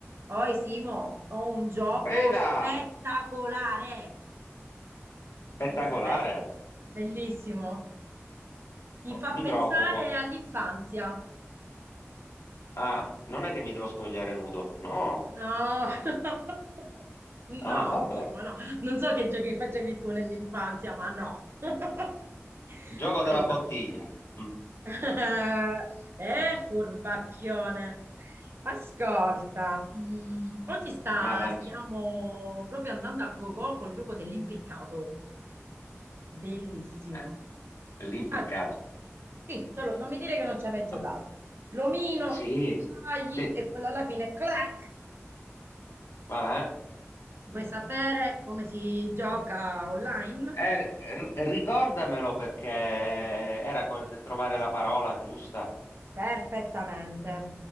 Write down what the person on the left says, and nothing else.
Ehi là!
Spettacolare!
Oh,
mi
preoccupo.
Ah, non è che mi devo spogliare nudo. No.
Ah, vabbè.
Il gioco della
bottiglia. Mm,
Ma la-
eh, l'impiccato.
Ah,
sì,
sì. Sì,
va bene.
Eh, r- r- ricordamelo perché era co- trovare la parola giusta.